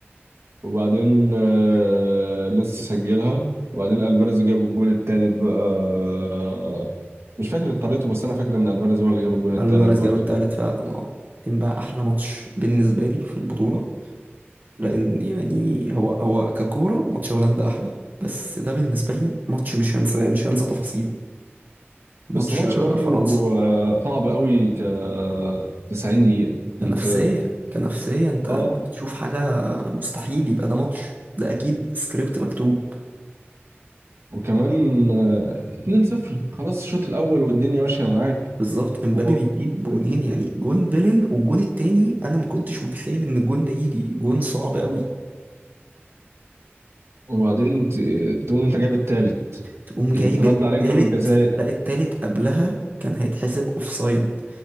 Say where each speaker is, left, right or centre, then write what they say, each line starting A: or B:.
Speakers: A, on the right (about 85°); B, on the right (about 45°).
A: وبعدين آه، ميسي سجلها وبعدين الفاريز جاب الجون التالت بقى آه، مش فاكر طريقته بس انا فاكر ان الفاريز هو اللي جاب الجون التالت
B: الفاريز
A: برضه
B: جاب التالت فعلا اه كان بقى احلى ماتش بالنسبه لي في البطوله لان يعني هو هو ككوره ماتش هولندا احلى بس ده بالنسبه لي ماتش مش هنسى مش هنسى تفاصيله ماتش
A: بس ماتش برضه
B: فرنسا
A: آه، صعب قوي ك 90 دقيقة
B: كنفسيه
A: انت
B: كنفسيه انت انت
A: اه
B: بتشوف حاجه مستحيل يبقى ده ماتش ده اكيد سكريبت مكتوب
A: وكمان آه، 2-0 خلاص الشوط الاول والدنيا ماشيه معاك
B: بالظبط امبابي
A: و-
B: بيجيب جونين
A: و-
B: يعني جون بيلن والجون التاني انا ما كنتش متخيل ان الجون ده يجي جون صعب قوي
A: وبعدين ت- تقوم انت جايب التالت
B: تقوم
A: يترد
B: جايب التالت
A: عليك ضربة جزاء
B: لا التالت قبلها كان هيتحسب اوفسايد